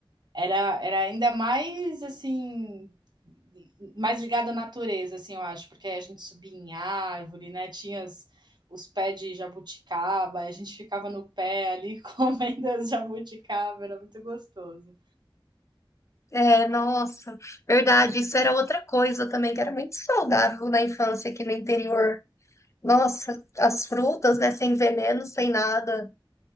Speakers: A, on the right; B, on the left.
A: era, era ainda mais assim, mais ligado à natureza, assim, eu acho, porque a gente subia em árvore, né? Tinha as- os pés de jabuticaba, a gente ficava no pé ali <laughs> comendo as jabuticaba, era muito gostoso.
B: É, nossa, verdade, isso era outra coisa também que era muito saudável na infância aqui no interior. Nossa, as frutas, né? Sem veneno, sem nada,